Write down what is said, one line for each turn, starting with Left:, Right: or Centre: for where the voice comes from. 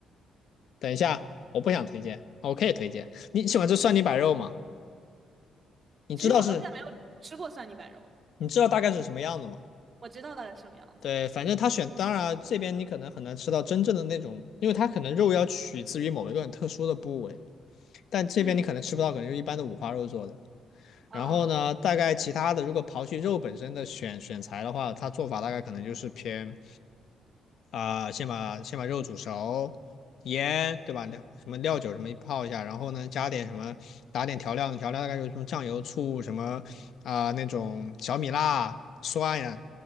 Left: 等一下，我不想推荐，我可以推荐。你喜欢吃蒜泥白肉吗？你知道是，
Right: 其实我到现在没有吃过蒜泥白肉，
Left: 你知道大概是什么样的吗？
Right: 我知道大概是什么样子。
Left: 对，反正他选，当然这边你可能很难吃到真正的那种，因为它可能肉要取自于某一个很特殊的部位，但这边你可能吃不到，
Right: 嗯，
Left: 可能就一般的五花肉做的。
Right: 嗯
Left: 然后呢，大概其他的，如果刨去肉本身的选选材的话，它做法大概可能就是偏啊、先把先把肉煮熟，盐对吧？料什么料酒什么泡一下，然后呢加点什么，打点调料，调料大概就是什么酱油、醋什么啊、那种小米辣、蒜呀，